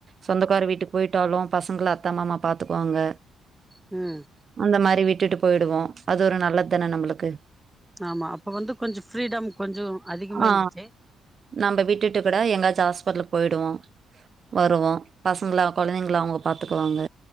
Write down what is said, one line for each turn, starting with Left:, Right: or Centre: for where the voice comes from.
Right: சொந்தக்கார வீட்டுக் போய்ட்டாலு பசங்கள அத்த மாமா பாத்துக்குவாங்க
Centre: ம்
Right: அந்த மாரி விட்டுட்டு போய்டுவோ அது ஒரு நல்லத் தான நம்மளுக்கு
Centre: ஆமா அப்ப வந்து கொஞ்ச ஃப்ரீடம் கொஞ்சோ அதிகமா
Right: ஆ
Centre: இர்ந்துச்சு
Right: நம்ப விட்டுட்டுக்கூட எங்காச்சு ஹாஸ்பிட்லு போய்டுவோ வருவோ பசங்களா கொழந்தைங்கள அவுங்க பாத்துக்குவாங்க